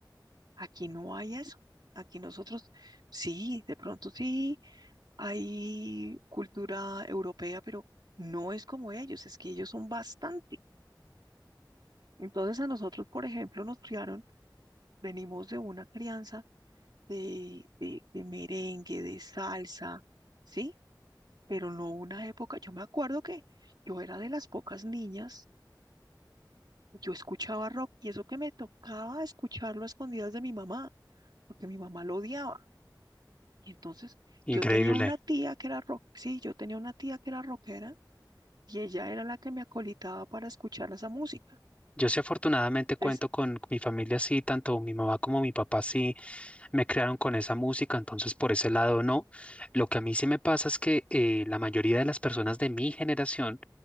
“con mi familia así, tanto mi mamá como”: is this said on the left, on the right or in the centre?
Left